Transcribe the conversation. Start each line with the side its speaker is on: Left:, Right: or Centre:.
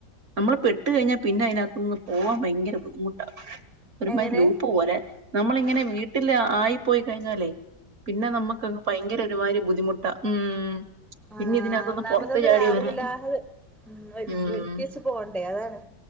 Right: നമ്മള് പെട്ട് കഴിഞ്ഞാൽ പിന്നെ അതിനകത്തു നിന്ന് പോകാൻ ഭയങ്കര ബുദ്ധിമുട്ടാ ഒരുമാതിരി
Centre: എങ്ങനെ
Right: ലൂപ്പ് പോലെ. നമ്മളിങ്ങനെ വീട്ടില് ആയി പോയി കഴിഞ്ഞാലേ. പിന്നെ നമ്മുക്കങ്ങ് ഭയങ്കര ഒരുമാതിരി. ബുദ്ധിമുട്ടാ. ഉം
Centre: ആ
Right: പിന്നെ ഇതിനകത്തൊന്ന്
Centre: ഒന്നാമതന്ന്
Right: പുറത്ത് ചാടി
Centre: രാവിലെ
Right: വരാൻ
Centre: എല്ലാം കൂടെ ഉ
Right: ഉം
Centre: ഒരുക്കി വെച്ച് പോവണ്ടേ അതാണ്.